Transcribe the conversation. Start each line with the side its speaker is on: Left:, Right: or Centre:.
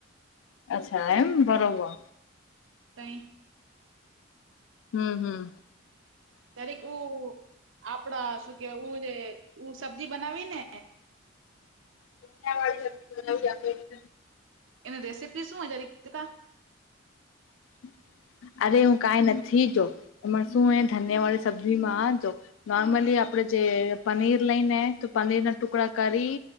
Left: અચ્છા એમ બરોબર
Right: તય
Left: હમ હમ.
Right: ત્યારે ઉ આપડા શું કેવાય ઉ રે સબ્જી બનાવી ને
Left: <inaudible>
Right: એની રેસીપી શું રીતા
Left: <inaudible> અરે હું કાઈ નથી જો ને શું ધન્ય વાળી સબ્જીમાંજ જો નોર્મલી આપ પડે જે પનીર લઈને તો પનીરના ટુકડા કરી